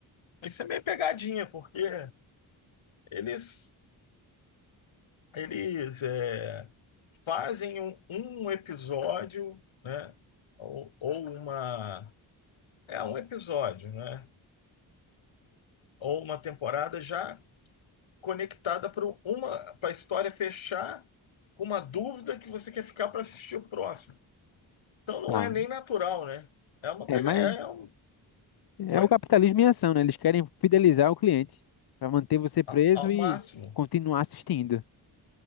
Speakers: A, on the left; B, on the left.
A: Isso é meio pegadinha, porque eles, eles é, fazem um, um episódio, né? Ou, ou uma. É um episódio, né? Ou uma temporada já conectada para uma para a história fechar com uma dúvida que você quer ficar para assistir o próximo. Então não
B: Ah,
A: é nem natural, né? É uma
B: é,
A: pega,
B: mas
A: é um,
B: É
A: oi?
B: o capitalismo em ação, né? Eles querem fidelizar o cliente para manter você preso
A: Ao, ao
B: e
A: máximo.
B: continuar assistindo.